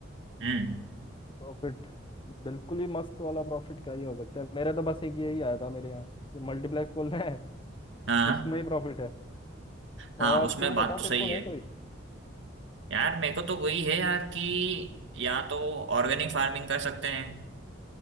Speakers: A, on the right; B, on the left.
A: हम्म
B: profit बिल्कुल ही मस्त वाला प्रॉफिट क्या ही हो सकता है मेरे तो बस एक यही आया था मेरे यहाँ कि मल्टीप्लेक्स खोलना है
A: हाँ
B: उसमें ही प्रॉफिट है
A: हाँ
B: और
A: उसमें
B: तू
A: बात
B: बता
A: तो
B: तेरे
A: सही
B: को
A: है
B: है कोई
A: यार मेरे को तो वही है यार कि या तो ऑर्गेनिक फार्मिंग कर सकते हैं